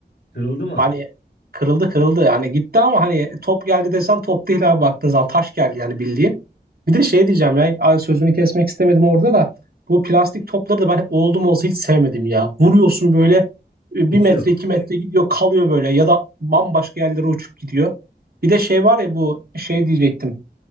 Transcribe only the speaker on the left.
Kırıldı mı?
Uçuyor.